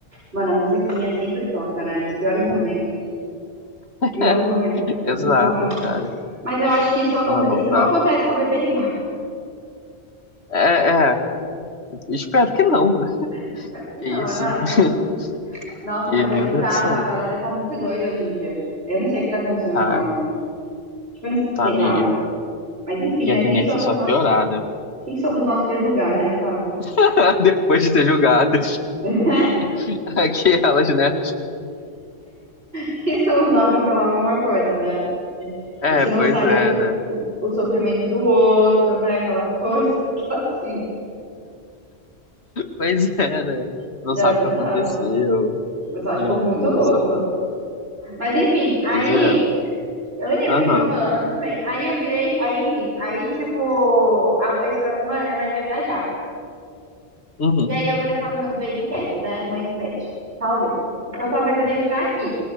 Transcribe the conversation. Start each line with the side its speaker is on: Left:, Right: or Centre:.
Right: Mano, a musiquinha sempre toca, né? Nos piores momentos.
Left: <laughs>
Right: Piores momentos. É
Left: Exato,
Right: bizarro.
Left: cara.
Right: Mas eu acho que isso, aconte...
Left: Ah, não
Right: isso
Left: dá.
Right: não acontece com a bebê Reborn.
Left: É, é, espero que não, né?
Right: <laughs> Espero que
Left: Que
Right: não,
Left: isso.
Right: exato.
Left: <laughs>
Right: Nossa,
Left: Que,
Right: mas
Left: meu
Right: é bizarro.
Left: Deus do céu.
Right: A galera tá muito doida hoje em dia. Eu não sei o que tá acontecendo
Left: Tá,
Right: com a. Tipo, eu não
Left: tá
Right: sei
Left: mesmo.
Right: lá. Mas enfim,
Left: E
Right: né?
Left: a tendência
Right: Quem somos
Left: é só
Right: nós
Left: piorar,
Right: pra...
Left: né?
Right: Quem somos nós pra julgar, né? Fala.
Left: <laughs> Depois de ter julgado.
Right: <laughs> Quem,
Left: <laughs> Aquelas, né?
Right: quem somos nós para falar alguma coisa, né? A
Left: É,
Right: gente não
Left: pois
Right: sabe
Left: é,
Right: o, que-
Left: né?
Right: o, o sofrimento do outro, né? Aquelas coisas <laughs> que assim.
Left: Pois <laughs> é, né? Não
Right: É
Left: sabe
Right: bizarro.
Left: o que aconteceu.
Right: Eu só acho
Left: Ai,
Right: o povo muito
Left: Deus,
Right: louco.
Left: só foi bom.
Right: Mas enfim, aí.
Left: Pois é.
Right: Eu nem lembro
Left: Aham.
Right: o que a gente tava falando, mas tudo bem. Aí eu virei, aí enfim, aí tipo, agora, esse final de semana minha mãe vai viajar.
Left: Uhum.
Right: E aí eu vou ter que falar com meus baby cats, né? Mãe de pet. Talvez. Então talvez eu tenha que ficar aqui.